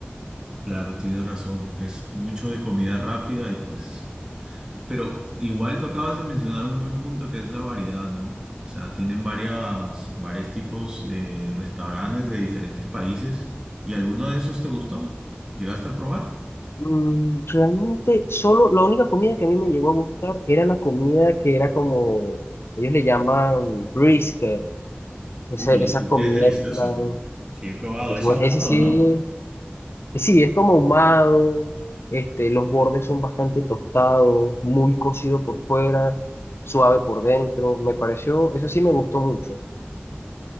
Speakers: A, on the right; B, on the left.
A: Claro, tienes razón. Es mucho de comida rápida y pues Pero igual tú acabas de mencionar un buen punto que es la variedad, ¿no? O sea, tienen varias, varios tipos de restaurantes de diferentes países. ¿Y alguno de esos te gustó? ¿Llegaste a probar?
B: Mm, Realmente, solo la única comida que a mí me llegó a gustar era la comida que era como, ellos le llaman brisket, esa,
A: Uy,
B: esa
A: el brisket
B: comida
A: es delicioso.
B: en plan,
A: Sí, he probado.
B: es,
A: Es
B: bu-
A: ahumado,
B: ese sí,
A: ¿no?
B: sí, es como ahumado, este, los bordes son bastante tostados, muy cocido por fuera, suave por dentro, me pareció, eso sí me gustó mucho.